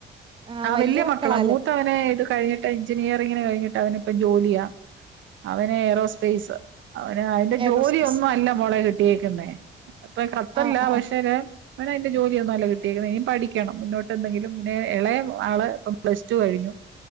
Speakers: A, on the right (about 25°); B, on the right (about 75°).
A: ആഹ്
B: ആ
A: വല്യ
B: വലിയ
A: മക്കളാല്ലേ
B: മക്കളാ മൂത്തവനെ ഇത് കഴിഞ്ഞിട്ട് എഞ്ചിനീയറിംഗിന് കഴിഞ്ഞിട്ട് അവനിപ്പോ ജോലിയാ അവന് ഏറോസ്പൈസാ അവന് അതിന്റെ
A: എയറോസ്പേസ്
B: ജോലിയൊന്നും അല്ല മോള കി കേക്കണ്ടേ ഇപ്പം ഖത്തറിലാ
A: ആഹ് ആഹ്
B: പക്ഷേരെ അവന് അതിന്റെ ജോലിയൊന്നും അല്ല കിട്ടിയെക്കുന്നേ ഇനി പഠിക്കണം മുന്നോട്ട് എന്തെങ്കിലും പിന്നെ ഇളയ ആള് ഇപ്പ പ്ലസ് ടു കഴിഞ്ഞു